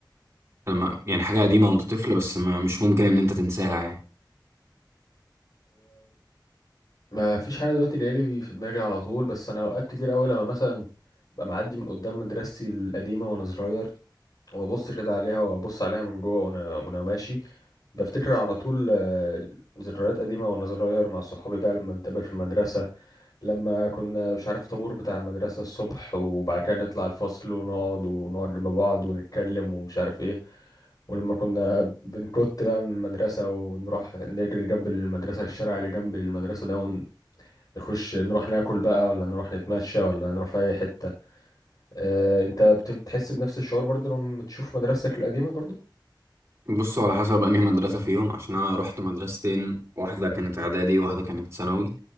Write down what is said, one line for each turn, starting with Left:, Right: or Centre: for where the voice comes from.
Right: لما يعني حاجة قديمة وانت طفل بس ما مش ممكن ان انت تنساها يعني
Left: ما فيش حاجه دلوقتي ليالي في دماغي على طول بس انا اوقات كتير قوي لما مثلا ببقى معدي من قدام مدرستي القديمه وانا صغير وابص كده عليها وابص عليها من جوه وانا وانا ماشي بفتكر على طول آه، ذكريات قديمه وانا صغير مع صحابي بقى لما نتقابل في المدرسه لما كنا مش عارف طابور بتاع المدرسه الصبح وبعد كده نطلع الفصل ونقعد ونقعد مع بعض ونتكلم ومش عارف ايه ولما كنا بنكت بقى من المدرسة ونروح نجري جنب المدرسة الشارع اللي جنب المدرسة ده نخش نروح ناكل بقى ولا نروح نتمشى ولا نروح في اي حتة آه، انت بت- بتحس بنفس الشعور برضو لما تشوف مدرستك القديمة برضو
Right: بصوا على حسب انهي مدرسة فيهم عشان انا رحت مدرستين واحدة كانت اعدادي وواحدة كانت ثانوي